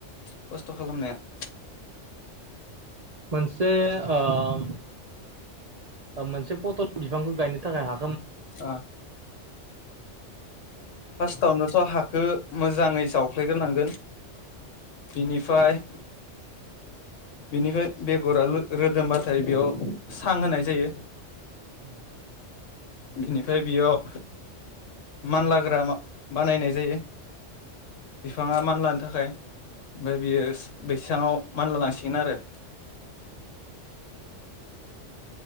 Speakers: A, on the left; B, on the right.
A: खस्थ' खालामनाया
B: मोनसे ओ मोनसे पटल बिफांखौ गायनो थाखाय हा
A: ओ फासथावनोथ' हाखो मोजाङै जावफ्लेग्रोनांगोन बिनिफ्राय बिनिफ्राय बेगरा रो-रोदोमबाथाय बेयाव सां होनाय जायो
B: <unintelligible>
A: बिनिफ्राय बेयाव मानलाग्रा बानायनाय जायो बिफाङा मानलानो थाखाय ओमफाय बियो बैसााङाव मानला लांसिगोन आरो